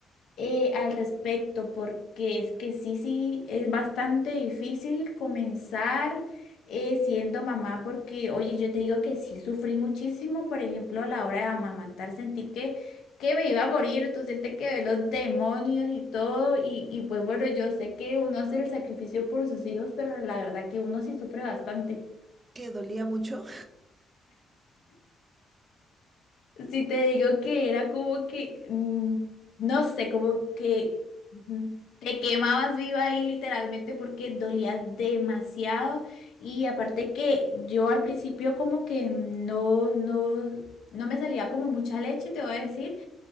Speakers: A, on the left (about 75°); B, on the right (about 30°).
A: eh, al respecto, porque es que sí, sí, es bastante difícil comenzar eh, siendo mamá, porque, oye, yo te digo que sí sufrí muchísimo, por ejemplo, a la hora de amamantar, sentí que, que me iba a morir, tú sientes que ve los demonios y todo, y, y pues bueno, yo sé que uno hace el sacrificio por sus hijos, pero la verdad que uno sí sufre bastante.
B: Que dolía mucho
A: Si te digo que era como que, mm, no sé, como que mm, te quemabas viva ahí literalmente porque dolía demasiado. Y aparte que yo al principio como que no, no, no me salía como mucha leche, te voy a decir